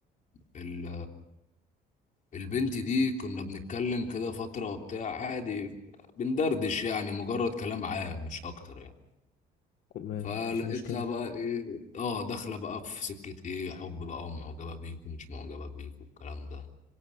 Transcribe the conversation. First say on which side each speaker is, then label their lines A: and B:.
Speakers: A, on the left; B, on the left.
A: ال... البنت دي كنا بنتكلم كده فترة وبتاع عادي بندردش يعني مجرد كلام عام مش اكتر يعني
B: ما
A: فلقيتها
B: فيش مشكله
A: بقى ايه اه داخلة بقى في سكة ايه حب بقى ومعجبة بيك ومش معجبة بيك والكلام ده